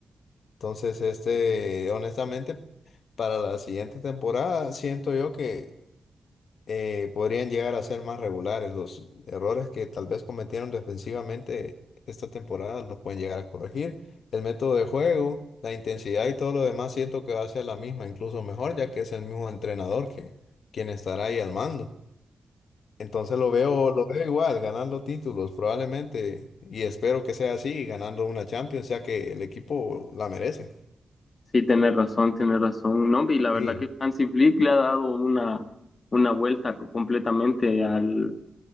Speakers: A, on the left; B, on the left.
A: Entonces, este, honestamente, para la siguiente temporada, siento yo que eh, podrían llegar a ser más regulares. Los errores que tal vez cometieron defensivamente esta temporada los pueden llegar a corregir. El método de juego, la intensidad y todo lo demás siento que va a ser la misma, incluso mejor, ya que es el mismo entrenador que quien estará ahí al mando. Entonces lo veo, lo veo igual, ganando títulos probablemente, y espero que sea así, ganando una Champions, ya que el equipo la merece.
B: Sí, tienes razón, tienes razón. No, y la verdad
A: sí
B: que Hansi Flick le ha dado una, una vuelta co- completamente al,